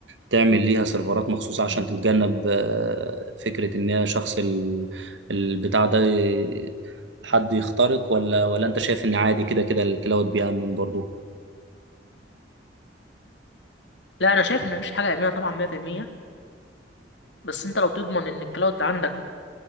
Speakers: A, on the right; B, on the left.
A: تعمل ليها سيرفرات مخصوصة عشان تتجنب آه، فكرة ان هي شخص ال- البتاع ده ي- حد يخترق ولا ولا انت شايف ان عادي كده كده الكلاود بيأمن برضو
B: لا انا شايف ان مفيش حاجة آمنة طبعا 100% بس انت لو تضمن ان الكلاود عندك